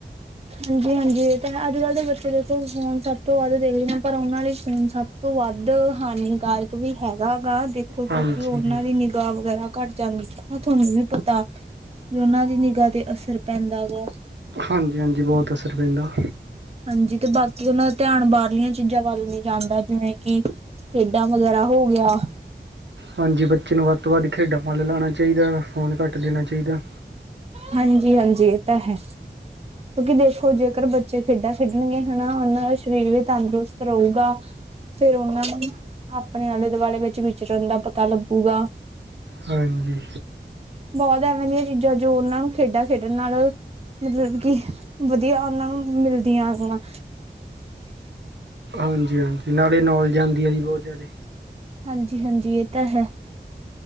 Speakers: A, on the right (about 35°); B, on the right (about 80°).
A: ਹਾਂਜੀ-ਹਾਂਜੀ ਏ ਤਾਂ ਹੈ ਅੱਜ-ਕੱਲ੍ਹ ਦੇ ਬੱਚੇ ਦੇਖੋ ਫੋਨ ਸਭ ਤੋਂ ਵੱਧ ਦੇਖਦੇ ਨੇ ਪਰ ਉਹਨਾਂ ਲਈ ਫੋਨ ਸਭ ਤੋਂ ਵੱਧ ਹਾਨੀਕਾਰਕ ਵੀ ਹੈਗਾ ਗਾ, ਦੇਖੋ ਕਿਉਂਕਿ
B: ਹਾਂਜੀ
A: ਉਹਨਾਂ ਦੀ ਨਿਗ ਗਾ ਵਗੈਰਾ ਘੱਟ ਜਾਂਦੀ ਹਨ ਤੁਆਨੂੰ ਵੀ ਪਤਾ, ਵੀ ਉਹਨਾਂ ਦੀ ਨਿਗਾਹ 'ਤੇ ਅਸ ਰ ਪੈਂਦਾ ਹੈਗਾ।
B: ਹਾਂਜੀ-ਹਾਂਜੀ ਬਹੁਤ ਅਸਰ ਪੈਂਦਾ।
A: ਹਾਂਜੀ 'ਤੇ ਬਾਕੀ ਉਹਨਾਂ ਦਾ ਧਿਆਨ ਬਾਰਲੀਆਂ ਚੀਜ਼ਾਂ ਵੱਲ ਨੀ ਜਾਂਦਾ ਜਿਵੇਂ ਕਿ ਖੇ ਡਾਂ ਵਗੈਰਾ ਹੋ ਗਿਆ।
B: ਹਾਂਜੀ ਬੱਚੇ ਨੂੰ ਵੱਧ ਤੋਂ ਵੱਧ ਖੇਡਾਂ ਵੱਲ ਲਾਣਾ ਚਾਈਦਾ ਫੋਨ ਘੱਟ ਦੇਣਾ ਚਾਈਦਾ।
A: ਹਾਂਜੀ-ਹਾਂਜੀ ਇਹ ਤਾਂ ਹੈ। ਕਿਉਂਕਿ ਦੇਖੋ ਜੇਕਰ ਬੱਚੇ ਖੇਡਾਂ ਖੇਡਣਗੇ ਹਨਾ ਉਹਨਾਂ ਦਾ ਸਰੀਰ ਵੀ ਤੰਦਰੁਸਤ ਰਹੂਗਾ। ਫੇਰ ਉਹਨਾਂ ਨੂੰ ਆਪਣੇ ਆਲੇ-ਦੁਆਲੇ ਵਿੱਚ ਵਿਚਰਨ ਦਾ ਪਤਾ ਲੱਗੂਗਾ।
B: ਹਾਂਜੀ।
A: ਬਹੁਤ ਐਵੇਂ ਦੀਆਂ ਚੀਜ਼ਾਂ ਜੋ ਉਹਨਾਂ ਨੂੰ ਖੇਡਾਂ ਖੇਡਣ ਨਾਲੋ ਮਤਲਬ ਕੀ ਵਧੀਆ ਉਹਨਾਂ ਨੂੰ ਮਿਲਦੀਆਂ ਹੈਗੀਆਂ।
B: ਹਾਂਜੀ-ਹਾਂਜੀ ਨਾਲੇ ਨੌਲੇਜ ਆਂਦੀ ਆ ਜੀ ਬਹੁਤ ਜ਼ਿਆਦੇ।
A: ਹਾਂਜੀ-ਹਾਂਜੀ ਇਹ ਤਾਂ ਹੈ,